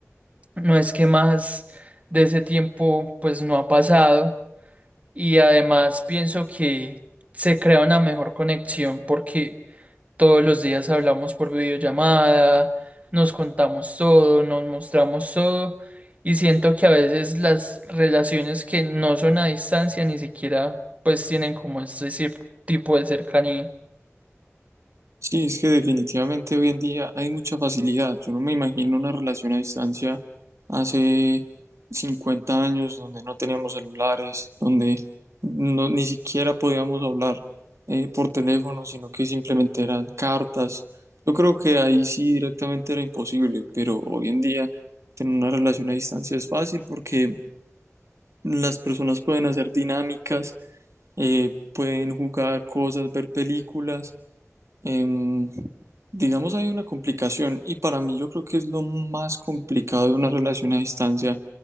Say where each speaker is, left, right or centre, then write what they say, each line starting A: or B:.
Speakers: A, on the right; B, on the right.
A: No es que más de ese tiempo pues no ha pasado y además pienso que se crea una mejor conexión porque todos los días hablamos por videollamada, nos contamos todo, nos mostramos todo y siento que a veces las relaciones que no son a distancia ni siquiera pues tienen como ese ci- tipo de cercanía.
B: Sí, es que definitivamente hoy en día hay mucha facilidad. Yo no me imagino una relación a distancia hace 50 años donde no teníamos celulares, donde no, ni siquiera podíamos hablar eh, por teléfono, sino que simplemente eran cartas. Yo creo que ahí sí directamente era imposible, pero hoy en día tener una relación a distancia es fácil porque las personas pueden hacer dinámicas eh, pueden jugar cosas, ver películas. em, digamos, hay una complicación y para mí yo creo que es lo más complicado de una relación a distancia